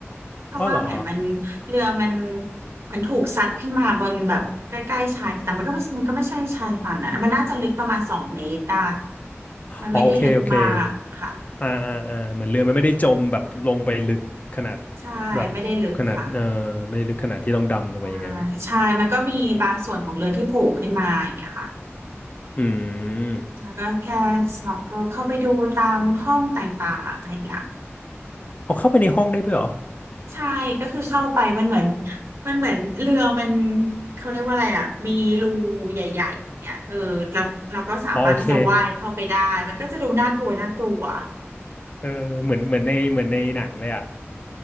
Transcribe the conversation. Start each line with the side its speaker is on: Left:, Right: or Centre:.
Right: เพราะว่าเหมือนมันเรือมัน
Left: อ๋อเหรอ
Right: มันถูกซัดขึ้นมาบนแบบใกล้ๆชายแต่งมันก็ไม่มันก็ไม่ใช่ชายฝั่งนะมันน่าจะลึกประมาณสองเมตรได้มันไม่ได้ลึกมากค่ะ
Left: อ๋อโอเคโอเคอ่าอ่าอ่าเหมือนเรือมันไม่ได้จมแบบลงไปลึกขนาด
Right: ใช่ไม่ได้ลึกค่ะ
Left: แบบขนาดเออไม่ได้ลึกขนาดที่ต้องดำลงไปอย่างนั้น
Right: อ่าใช่มันก็มีบางส่วนของเรือที่โผล่ขึ้นมาอย่างเงี้ยค่ะ
Left: อืม
Right: แล้วก็แค่ snorkel เข้าไปดูตามห้องต่างๆอะไรเงี้ย
Left: เอาเข้าไปในห้องได้ด้วยเหรอ
Right: ใช่ก็คือเข้าไปมันเหมือนมันเหมือนเรือมันเขาเรียกว่าอะไรอ่ะมีรูใหญ่ๆเนี่ยเออแล้วเราก็สามารถที่จะว่ายเข้าไปได้มันก็จะดูน่ากลัวน่ากลัว
Left: อ๋อโอเคเออเหมือนเหมือนในเหมือนในหนังเลยอ่ะ